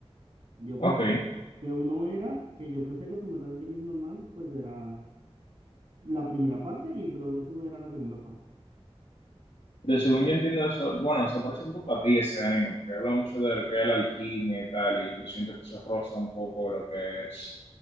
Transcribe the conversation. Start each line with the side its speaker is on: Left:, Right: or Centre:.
Right: Yo
Left: Ok,
Right: pensé que, que uno era, que yo pensé que Fullmetal Alchemist normal, pues era la primera parte y Brotherhood era la segunda parte.
Left: pero según yo entiendo eso, bueno, se parece un poco a ti ese anime, porque habla mucho de lo que es la alquimia y tal, y yo siento que eso roza un poco lo que es